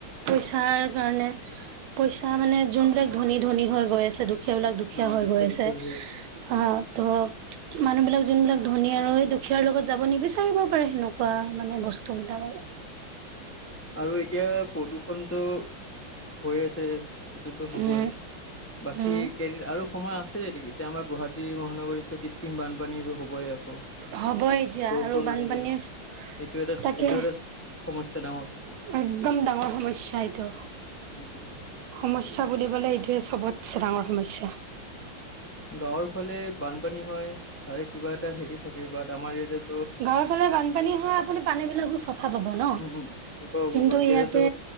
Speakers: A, on the right; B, on the left.
A: পইচাৰ কাৰণে পইচা মানে যোনবিলাক ধনী ধনী হৈ গৈ আছে দু দুখিয়া বিলাক দুখীয়া
B: আমাৰ
A: হৈ
B: দুখে
A: গৈ আছে
B: দুখে হৈ
A: আহ তো মানুহ বিলাক যোনবিলাক ধনী আৰু দুখীয়াৰ লগত যাব নিবিচাৰিব পাৰে সেনক তাৰ মানে বস্তু বিলাকৰ
B: আৰু এতিয়া প্ৰদূষণটো হৈ আছে। এইটোতো হ'বই
A: উম
B: বাকী
A: উম
B: কেইদিন আৰু সময় আছেই এইডিগী এতিয়া আমাৰ গুৱাহাটী মহানগৰীতো কৃত্ৰিম বানপানীতো হ'বই আৰু।
A: হ'ব এতিয়া
B: বৰুষোনো
A: আৰু বানপানীৰ
B: আহিলে সেইটো এটা
A: তাকে
B: এইটো এটা সমস্যা ডাঙৰ।
A: একদম ডাঙৰ সমস্যা এইটো
B: সেইটোৱে।
A: সমস্যা বুলিবলে এইটোয়ে চবতছে ডাঙৰ সমস্যা।
B: গাঁৱৰ ফালে বানপানী হয় তাৰে কিবা এটা হেৰি থাকে বা আমাৰ ইয়াতে
A: ঘৰৰ ফালে বানপানী হয় আপুনি পানী বিলাকো চফা পাব ন
B: উম হ'ব
A: কিন্তু
B: হ'ব বাট
A: ইয়াতে
B: ইয়াতেতো